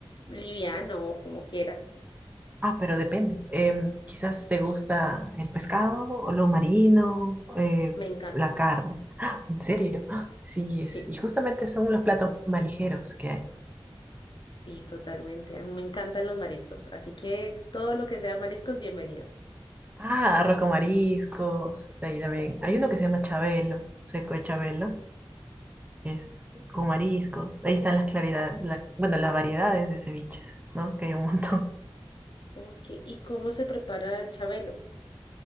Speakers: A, on the left (about 60°); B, on the right (about 15°).
A: liviano o como quieras?
B: Ah, pero depende. Em, quizás te gusta el pescado o lo marino, eh,
A: Me encanta.
B: la carne. ¡Ah! ¿En serio? ¡Ah! Sí,
A: Sí.
B: es. Y justamente son los platos más ligeros que hay.
A: Sí, totalmente. A mí me encantan los mariscos, así que todo lo que sea mariscos, bienvenido.
B: Ah, arroz con mariscos. De ahí también. Hay uno que se llama chabelo, seco de chabelo que es con mariscos. Ahí están las claridades, la- bueno, las variedades de ceviches, ¿no? Que hay un montón.
A: Ok, ¿y cómo se prepara el chabelo?